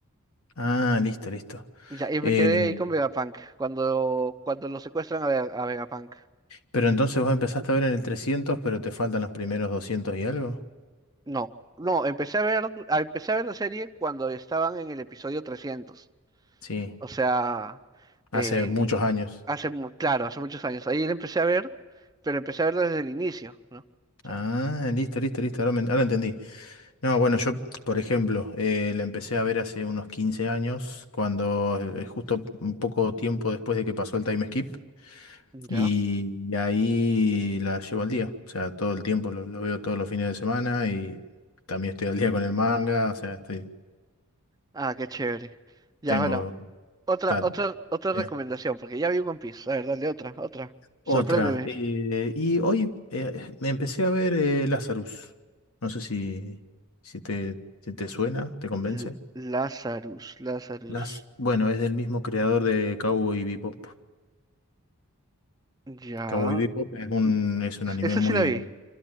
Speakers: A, on the left (about 75°); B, on the right (about 15°).
A: Ah, listo, listo.
B: Ya, y me
A: Eh,
B: quedé ahí con Vegapunk, cuando, cuando lo secuestran a, Ve- a Vegapunk.
A: pero entonces vos empezaste a ver en el 300, pero te faltan los primeros 200 y algo.
B: No, no, empecé a ver, a- empecé a ver la serie cuando estaban en el episodio trescientos
A: Sí,
B: O sea, eh,
A: hace muchos años.
B: hace, mu- claro, hace muchos años. Ahí la empecé a ver, pero empecé a verla desde el inicio, ¿no? O sea,
A: Ah, listo, listo, listo. Ahora, me- ahora entendí. No, bueno, yo, por ejemplo, eh, la empecé a ver hace unos 15 años, cuando eh, justo un poco tiempo después de que pasó el time skip, y,
B: ya.
A: y ahí la llevo al día, o sea, todo el tiempo, lo, lo veo todos los fines de semana y también estoy al día con el manga, o sea, estoy,
B: Ah, qué chévere. Ya,
A: tengo
B: bueno, otra,
A: ta-
B: otra, otra
A: eh,
B: recomendación, porque ya vi One Piece. A ver, dale otra, otra. Sorpréndeme.
A: otra. Eh, y hoy eh, me empecé a ver eh, Lazarus, no sé si, si te, si te suena, te convence.
B: L- Lazarus, Lazarus.
A: Las, bueno, es del mismo creador de Cowboy Bebop.
B: Ya.
A: Cowboy Bebop es un, es un anime
B: Esa
A: muy,
B: sí la vi.